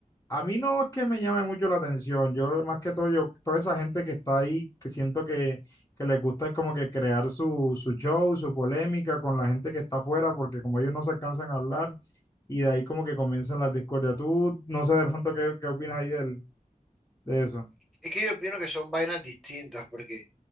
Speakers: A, on the left (about 20°); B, in the centre.
A: a mí no es que me llame mucho la atención. Yo, más que todo, yo, toda esa gente que está ahí, que siento que, que les gusta es como que crear su, su show, su polémica con la gente que está afuera, porque como ellos no se alcanzan a hablar, y de ahí como que comienzan las discordias. Tú, no sé de pronto qué, qué opinas ahí del, de eso.
B: Es que yo opino que son vainas distintas, porque